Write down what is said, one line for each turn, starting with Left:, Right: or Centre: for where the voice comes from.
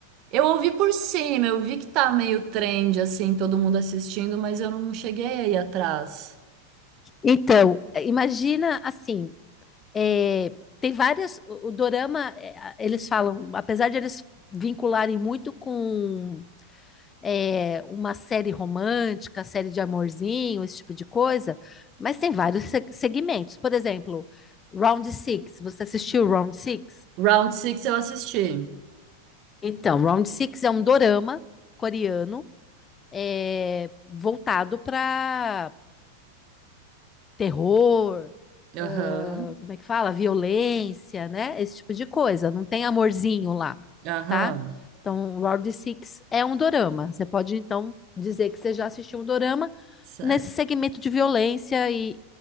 Right: Eu ouvi por cima, eu vi que tá meio trend assim, todo mundo assistindo, mas eu não cheguei aí atrás.
Left: Então, imagina assim, é, tem várias. O, o dorama, é, a- eles falam, apesar de eles vincularem muito com é, uma série romântica, série de amorzinho, esse tipo de coisa, mas tem vários se- segmentos. Por exemplo, Round Six. Você assistiu Round Six?
Right: Round Six eu assisti.
Left: Então, Round Six é um dorama coreano é, voltado para terror,
Right: Aham,
Left: ah, como é que fala? Violência, né? Esse tipo de coisa. Não tem amorzinho lá,
Right: aham,
Left: tá? Então, Round Six é um dorama. Você pode, então, dizer que você já assistiu um dorama
Right: certo.
Left: nesse segmento de violência e,